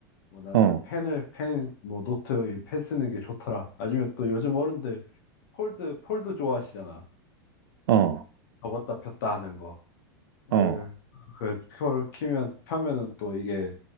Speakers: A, on the left; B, on the right.
A: 뭐 나는
B: 어,
A: 펜을 펜 뭐 노트 이펜 쓰는 게 좋더라. 아니면 또 요즘 어른들 폴드 폴드 좋아하시잖아.
B: 어,
A: 접었다 폈다 하는 거.
B: 어,
A: 에, 그 폴 키면 펴면은 또 이게